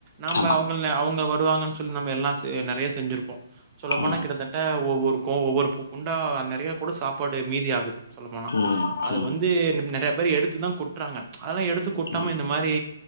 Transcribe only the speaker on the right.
நம்ம
அவுங்ல அவுங்க டுவாங்கன் சொல்லி நம்ம எல்லா நெறைய செஞ்சிருப் சொல்ல போனா
கிட்டத்தட்ட ஒ ஒருக்கோ ஒவ்வொரு பு குண்டா நறைய கூட சாப்பாடு மீதி ஆகுது சொல்ல போனா
அது
வந்து நறைய ந்த மாறி எடுத்துதா கொட்றாங்க அதெல்லா எடுத்து கொட்டாம
இந்த மாரி